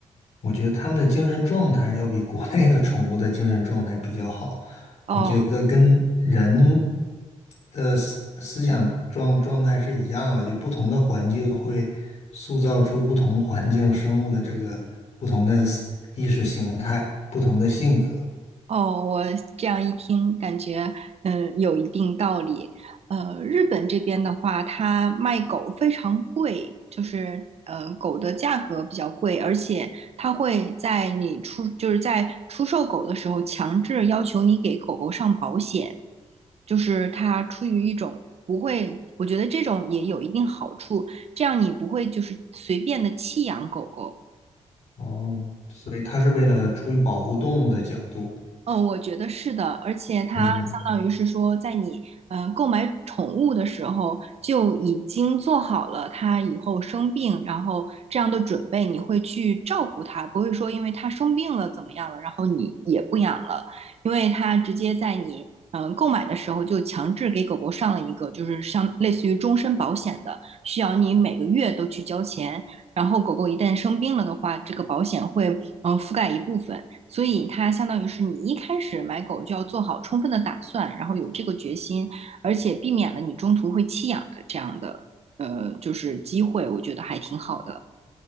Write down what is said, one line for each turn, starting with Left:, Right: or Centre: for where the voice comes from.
Left: 我觉得他们的精神状态要比国内的宠物的精神状态比较好。
Right: 哦。
Left: 我觉得跟人的思思想状状态是一样的，就不同的环境会塑造出不同环境生物的这个不同的思意识形态、不同的性格。
Right: 哦，我这样一听，感觉嗯有一定道理。呃，日本这边的话，它卖狗非常贵，就是呃狗的价格比较贵，而且它会在你出就是在出售狗的时候，强制要求你给狗狗上保险，就是它出于一种不会，我觉得这种也有一定好处，这样你不会就是随便的弃养狗狗。
Left: 哦，所以它是为了出于保护动物的角度，
Right: 嗯，我觉得是的，而且它相当于是说，
Left: 嗯，
Right: 在你嗯、呃购买宠物的时候就已经做好了它以后生病，然后这样的准备，你会去照顾它，不会说因为它生病了怎么样了，然后你也不养了，因为它直接在你嗯、呃购买的时候就强制给狗狗上了一个就是像类似于终身保险的，需要你每个月都去交钱，然后狗狗一旦生病了的话，这个保险会嗯、呃覆盖一部分。所以它相当于是你一开始买狗就要做好充分的打算，然后有这个决心，而且避免了你中途会弃养的这样的呃就是机会，我觉得还挺好的。